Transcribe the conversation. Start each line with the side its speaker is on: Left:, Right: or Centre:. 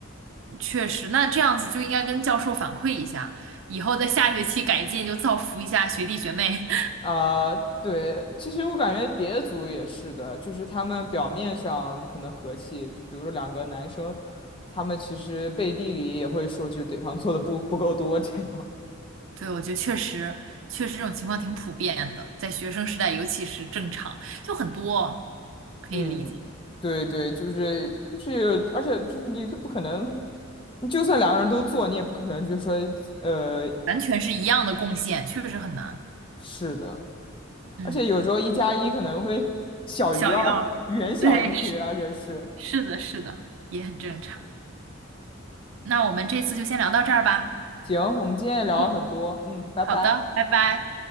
Right: 确实，那这样子就应该跟教授反馈一下，以后在下学期改进，就造福一下学弟学妹。<laughs>
Left: 啊。对，其实我感觉别的组也是的，就是他们表面上可能和气，就比如说两个男生，他们其实背地里也会说，就是对方做的不不够多这样。
Right: 对，我觉得确实，确实这种情况挺普遍的，在学生时代尤其是正常，就很多可以理解，
Left: 嗯，对对，就是就是，而且就是你不可能，你就算两个人都做，你也不可能就说呃
Right: 完全是一样的贡献，确实很难。
Left: 是的，
Right: 嗯，
Left: 而且有时候一加一可能会小于二，
Right: 小于二，
Left: <laughs> 远小于，
Right: 对，是
Left: 而且是
Right: 是的，是的，也很正常。那我们这次就先聊到这儿吧。
Left: 行，我们今天也聊了很多，
Right: 嗯。
Left: 嗯，拜拜。
Right: 好的，拜拜。